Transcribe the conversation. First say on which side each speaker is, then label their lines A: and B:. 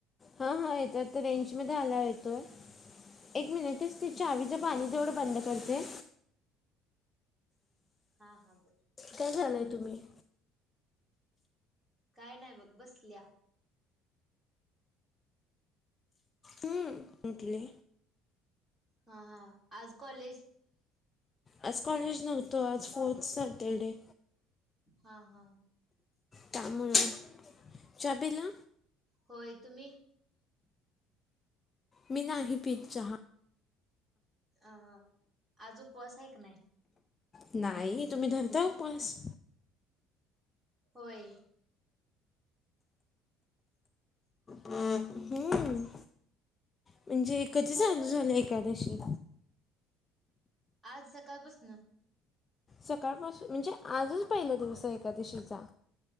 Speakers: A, on the left; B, in the centre.
A: हां हां येतो, आता रेंज मध्ये आल्याव येतो. एक मिनिटच ते चावीच पाणी
B: हा
A: तेवढ बंद
B: हा
A: करते.
B: हा हा बर.
A: काय करालाय तुम्ही?
B: काय नाही बग बसल्या.
A: हम्म उठले
B: हा हा, आज कॉलेज?
A: आज कॉलेज नव्हत, आज फोर्थ सॅटर्डे.
B: हां हां.
A: त्यामुळ, चहा पिला?
B: होय, तुम्ही?
A: मी नाही पीत चहा.
B: अ आज उपवास हाय क नाय?
A: नाही, तुम्ही धरता उपावास?
B: होय.
A: हम्म. म्हणजे कधी चालू झालं एकादशी?
B: आज सकाळपसन.
A: सकाळपासून म्हणजे आजच पहिला दिवस आहे एकादशीचा?